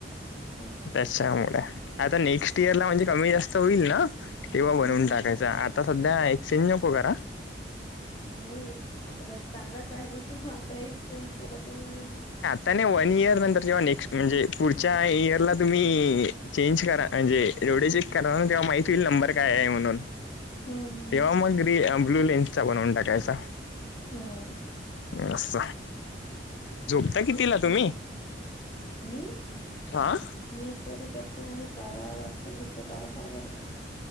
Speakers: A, on the left; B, on the left.
A: अच्छा
B: त्याच्यामुळे आता नेक्स्ट इयर ला म्हणजे कमी जास्त होईल ना? तेव्हा
A: हम्म,
B: बनवून
A: हम्म.
B: टाकायच आता सध्या एक्सचेंज नको करा
A: नाही आता तर चांगलाच आहे न तो आता एक्सचेंज केला त.
B: त्या नाही वन इयर नंतर जेव्हा नेक्स्ट म्हणजे पुढच्या इयरला तुम्ही चेंज करा म्हणजे डोळे चेक करा तेव्हा माहती होईल नंबर काय आहे म्हणून..
A: हम्म हम्म हम्म
B: तेव्हा मग ब्लू लेन्सचा बनवून टाकायचा.
A: हम्म.
B: अस. झोपता कितीला
A: तेच छान
B: तुम्ही
A: आहे. मी
B: हा?
A: मी स्टडी करते आणि बारा वाजता झोपते बारा, साडे बारा ला.